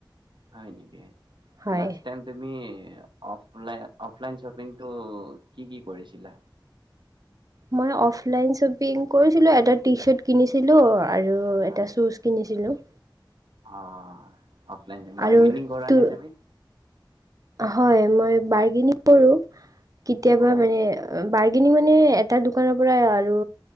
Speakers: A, on the right (about 70°); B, on the right (about 45°).
A: হয় নেকি
B: হয়
A: লাষ্টটাইম তুমি অফলাইন অফলাইন শ্বপিংটো কি কি কৰিছিলা?
B: মই অফলাইন শ্বপিং কৰিছিলো এটা টি চাৰ্ট কিনিছিলো আৰু
A: হয়
B: এটা চুজ কিনিছিলোঁ।
A: অ', অফলাইন বাৰ্গেনিং
B: আৰু
A: কৰা
B: তো
A: নে তুমি?
B: হয় মই বাৰগং কৰো কেতিয়াবা
A: হয়
B: মানে বাৰ্গেনিং মানে এটা দোকানৰ পৰাই আৰু